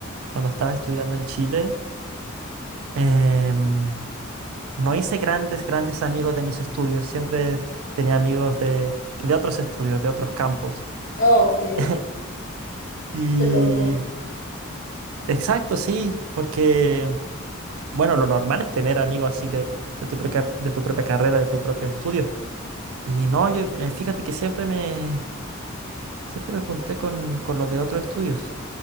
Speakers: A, on the right; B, on the left.
A: cuando estaba estudiando en Chile, em, no hice grandes, grandes amigos de mis estudios, siempre tenía amigos de, de otros estudios, de otros campos.
B: Ah, ok, qué
A: <laughs> Y
B: loco.
A: Exacto, sí, porque, bueno, lo normal es tener amigos así de, de tu propia, de tu propia carrera, de tu propio estudio. Y no, yo, eh, fíjate que siempre me, siempre me junté con, con los de otros estudios.